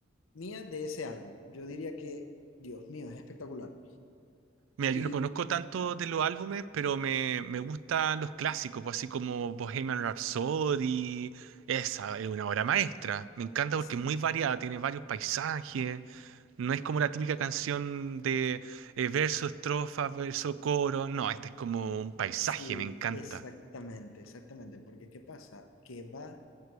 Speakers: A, on the left (about 75°); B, on the right (about 65°).
A: mía de ese álbum. Yo diría que, Dios mío, es espectacular.
B: Mira, yo
A: Y
B: no conozco tanto de los álbumes, pero me, me gustan los clásicos, pues así como Bohemian Rhapsody. Esa es una obra maestra. Me encanta porque
A: s-
B: es muy variada, tiene varios paisajes. No es como la típica canción de eh, verso, estrofa, verso, coro. No, esta es como un paisaje,
A: sí,
B: me encanta.
A: exactamente, exactamente. Porque ¿qué pasa? Que va,